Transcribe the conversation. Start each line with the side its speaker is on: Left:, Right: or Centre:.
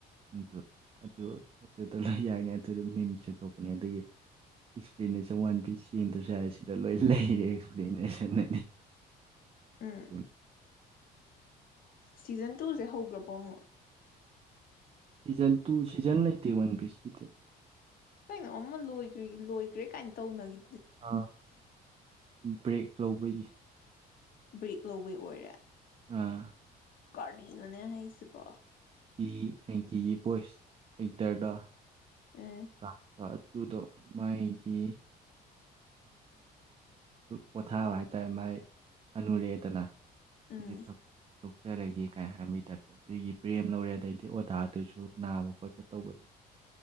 Right: <unintelligible> ꯑꯗꯨ ꯑꯗꯨꯗ ꯂꯣꯏ ꯌꯥꯏꯅꯦ ꯑꯗꯨꯗ ꯃꯤꯝꯁꯁꯨ ꯊꯣꯛꯄꯅꯦ ꯑꯗꯨꯒꯤ ꯑꯦꯛꯁꯄ꯭ꯂꯦꯅꯦꯁꯟ ꯋꯥꯟ ꯄꯤꯁ ꯌꯦꯡꯗ꯭ꯔꯁꯨ ꯌꯥꯔꯦ ꯁꯤꯗ ꯂꯣꯏ ꯂꯩꯔꯦ ꯑꯦꯛꯁꯄ꯭ꯂꯦꯅꯦꯁꯟ꯫
Left: ꯎꯝ
Right: <unintelligible> <unintelligible>
Left: ꯁꯤꯖꯟ ꯇꯨ ꯖꯦ ꯍꯧꯒ꯭ꯔꯕꯣ ꯑꯃꯨꯛ꯫
Right: ꯁꯤꯖꯟ ꯇꯨ ꯁꯤꯖꯟ ꯂꯩꯇꯦ ꯋꯥꯟ ꯄꯤꯁꯀꯤꯗꯤ
Left: ꯀꯩꯅꯣ ꯑꯃ ꯂꯣꯏꯒ꯭ꯔꯤ ꯂꯪꯏꯒ꯭ꯔꯦ ꯀꯥꯏꯅ ꯇꯧꯅꯒꯤ
Right: ꯑ ꯕ꯭ꯔꯦꯛ ꯂꯧꯕꯒꯤ꯫
Left: ꯕ꯭ꯔꯦꯛ ꯂꯧꯕꯩ ꯑꯣꯏꯔꯦ꯫
Right: ꯑ꯫
Left: ꯀꯔꯤꯅꯣꯅꯦ ꯍꯥꯏꯁꯤꯕꯣ
Right: <unintelligible>
Left: ꯎꯝ
Right: ꯀꯥꯗꯣ ꯑꯗꯨꯗꯣ ꯃꯥꯒꯤ ꯄꯣꯊꯥꯕ ꯍꯥꯏꯇꯥ ꯃꯥꯏ ꯍꯥꯅꯨꯔꯦꯗꯅ
Left: ꯎꯝ
Right: <unintelligible> ꯇꫭꯛꯆꯥꯔꯒꯦ ꯍꯥꯏꯕꯒꯤ ꯇꯥꯏꯞꯇ ꯄꯔꯦꯝ ꯂꯩꯔꯦ ꯑꫭꯖꯗꯨꯁꯨ ꯅꯥꯕ ꯈꯣꯠꯄ ꯇꯧꯕ